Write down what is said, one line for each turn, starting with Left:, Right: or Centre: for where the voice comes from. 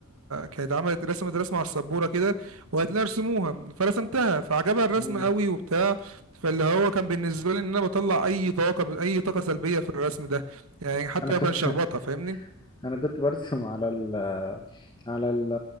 Right: كانت عملت رسمت رسمه على السبوره كده وقالت لي ارسموها فرسمتها فعجبها الرسم
Left: مم.
Right: قوي وبتاع فاللي هو كان بالنسبة لي ان انا بطلع اي طاقة اي طاقة سلبية في الرسم ده يعني حتى
Left: انا كنت
Right: لو كان شخبطة فاهمني
Left: انا كنت برسم على ال على ال